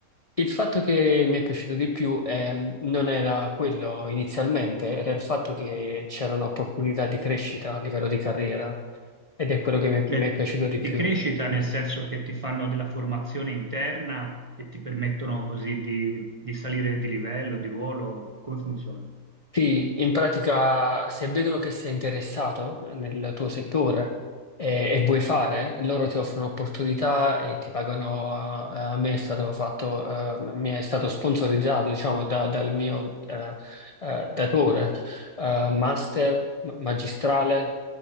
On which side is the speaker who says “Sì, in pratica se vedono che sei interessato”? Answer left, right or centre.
Left